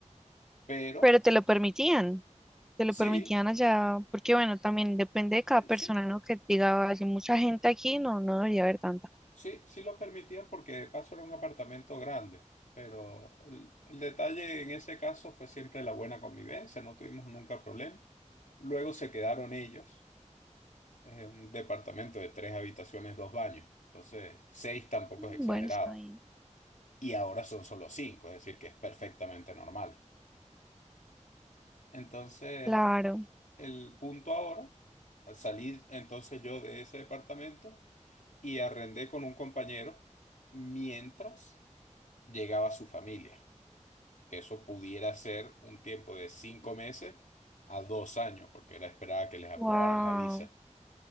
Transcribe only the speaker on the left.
pero
sí,
sí,
sí, sí lo permitían porque de paso era un apartamento grande. Pero el, el detalle en ese caso fue siempre la buena convivencia, no tuvimos nunca problema. Luego se quedaron ellos. Es un departamento de tres habitaciones, dos baños. Entonces, seis tampoco es exagerado.
Y ahora son solo cinco, es decir, que es perfectamente normal. Entonces,
el punto ahora, salí entonces yo de ese departamento y arrendé con un compañero mientras llegaba su familia, que eso pudiera ser un tiempo de cinco meses a dos años, porque era esperada que les aprobaran
la visa.